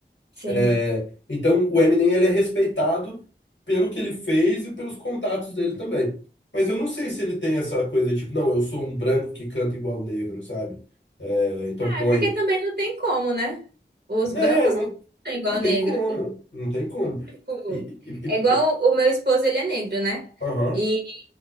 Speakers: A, on the right; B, on the left.
A: Sim.
B: É, Então, o Eminem ele é respeitado pelo que ele fez e pelos contatos dele também. Mas eu não sei se ele tem essa coisa tipo, não, eu sou um branco que canta igual negro, sabe? É, então
A: Ah,
B: põe.
A: é porque também não tem como, né? Os
B: Né,
A: brancos
B: não,
A: não são igual
B: não tem
A: negros.
B: como. Não tem como.
A: Tipo,
B: E, e, e-
A: é igual
B: e-
A: o meu esposo, ele é negro, né?
B: aham.
A: E